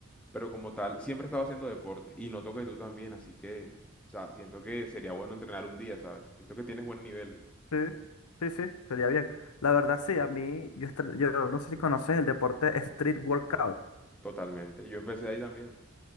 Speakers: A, in the centre; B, on the left.
A: pero como tal, siempre he estado haciendo deporte y noto que tú también, así que, o sea, siento que sería bueno entrenar un día, ¿sabes? Siento que tienes buen nivel,
B: Sí, sí, sí, sería bien. La verdad, sí, a mí, yo, estre- yo no sé si conoces el deporte street workout.
A: totalmente. Yo empecé ahí también.